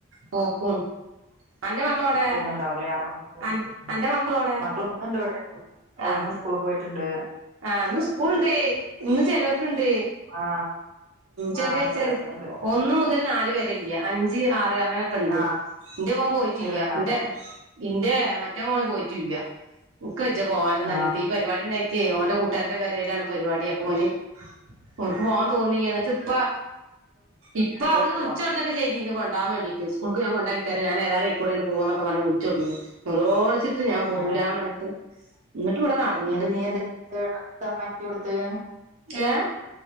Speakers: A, on the right; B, on the right.
A: പോക്കും അന്റെ മക്കളോടെ
B: പോന്നുണ്ടാവുല്ലേ <unintelligible>
A: അൻ അന്റെ മക്കളോടെ
B: മക്കള് ഒന്ന് ഇണ്ട് ഇവിടെ
A: ആ
B: ന്ന് സ്കൂളി പോയിട്ട്ണ്ട്.
A: ആ ന്ന് സ്കൂള്ണ്ട് ഇന്ന് ചിലോർക്ക്ണ്ട്
B: ആ
A: ചെറിയൊരു
B: ആ ചിലടത്തുണ്ട്
A: ചെറി ഒന്ന് മുതൽ നാല് വരെല്ല്യാ അഞ്ച് ആറ് അങ്ങനെയൊക്കെ ഇണ്ട്
B: ആ
A: ഇന്റെ മോൻ പോയിട്ടില്ല
B: ഒന്നിലാണ് അതുകൊണ്ട്
A: ഇൻ്റെ മറ്റേ മോൻ പോയിട്ടുംല്ല ഉക്കെജ്ജാ പോവാനും
B: ആ
A: ന്നറഞ്ഞിട്ട് ഈ പരിപാടി ണ്ടായിട്ടേ ഓന്റെ കൂട്ടാരന്റെ പേര് യിലാണ് പരിപാടി അപ്പൊ ഓന് ഓന്ക്ക് പോവാൻ തോന്നി എന്നിട്ട് ഇപ്പ ഇപ്പ
B: ഡ്രസ്സോ
A: അവിടുന്ന് വിളിച്ചിടൊക്കെ ചെയ്തിനി കൊണ്ടോവാൻ വേണ്ടീട്ട് സ്കൂൾക്ക് കൊണ്ട രാം ഞാൻ ഏതാലും ഇക്കൂടെയാണ് പോവാന്നൊക്കെ പറഞ്ഞ് വിളിച്ചു കൊടു <unintelligible> ഞാൻ പോവൂലാന്നറഞ്ഞിട്ട്
B: ആ
A: ഇങ്ങിട്ട് ഇവിടെ നടന്ന
B: എന്നിട്ട് നീ എന്ത ഡ്രസ്സാ വാങ്ങിച്ച് കൊടുത്ത്
A: ഏ